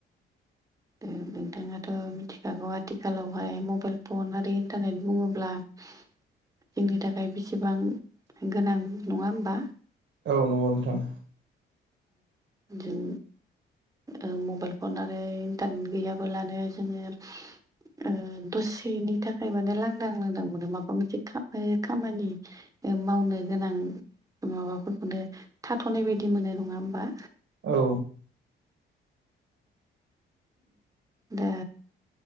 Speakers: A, on the right (about 15°); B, on the right (about 70°).
A: औ नोंथाङाथ' मिथिखागौ आथिखालावहाय मबाइल फन आरो इन्टारनेट बुङोब्ला जोंनि थाखाय बेसेबां गोनां नङा होमबा?
B: औ नंगौ नोंथां।
A: जों ओ मबाइल फन आरो इन्टारनेट गैयाबोलानो जोंङो ओ दसेनि थाखाय माने लांदां लांदां मोनो माबा मोनसे खमानि खामानि ओ मावनो गोनां माबाफोरखौनो थाथ'नाय बायदि मोनो नङा होमबा
B: औ
A: दा